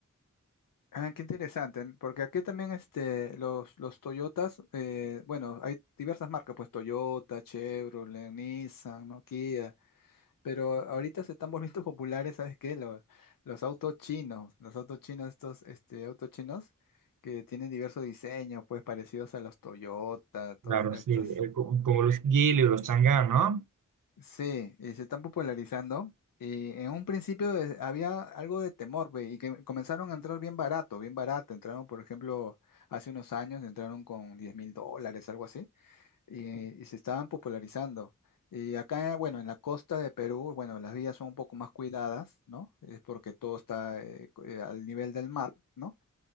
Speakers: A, on the left; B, on the right.
A: Ah, qué interesante, porque aquí también este, los, los Toyotas, eh, bueno, hay diversas marcas, pues Toyota, Chevrolet, Nissan, ¿no? Kia, pero ahorita se están volviendo <laughs> populares, ¿sabes qué? Los, los autos chinos, los autos chinos, estos este, autos chinos que tienen diversos diseños, pues parecidos a los Toyota, todos
B: Claro,
A: estos
B: sí, eh, co- como los Gili o los Chang'an, ¿no?
A: Sí, y se están popularizando. Y en un principio eh, había algo de temor, ve, y que comenzaron a entrar bien barato, bien barato. Entraron, por ejemplo, hace unos años, entraron con diez mil dólares, algo así, y, y se estaban popularizando. Y acá, bueno, en la costa de Perú, bueno, las vías son un poco más cuidadas, ¿no? Es porque todo está eh, co- eh, al nivel del mar, ¿no?